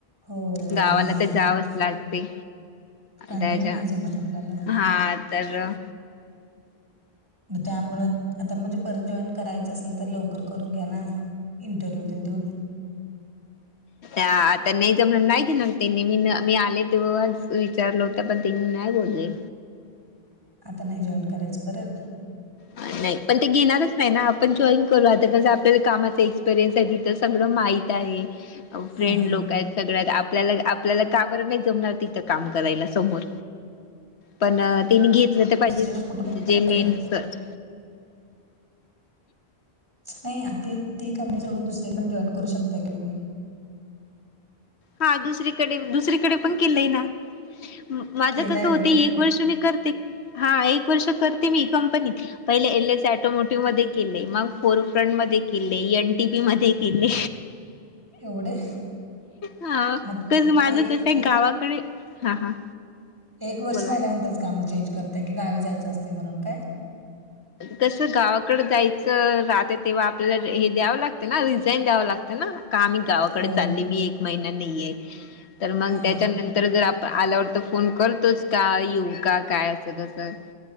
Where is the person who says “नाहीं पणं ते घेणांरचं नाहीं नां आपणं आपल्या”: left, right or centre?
Left